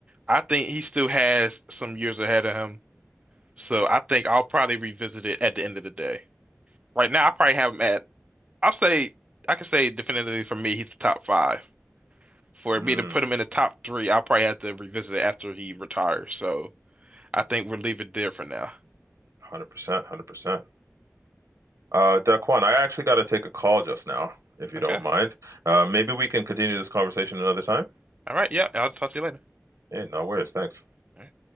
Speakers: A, on the right; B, on the right.
A: I think he still has some years ahead of him. So I think I'll probably revisit it at the end of the day. Right now, I probably have him at, I'll say, I can say definitively for me, he's the top five. For
B: mm,
A: me to put him in the top three, I'll probably have to revisit it after he retires. So I think we'll leave it there for now.
B: 100%, 100%. Uh, Daquan, I actually got to take a call just now, if you
A: Okay.
B: don't mind. Uh, maybe we can continue this conversation another time.
A: All right. Yeah. I'll talk to you later.
B: Hey, no worries. Thanks.
A: All right.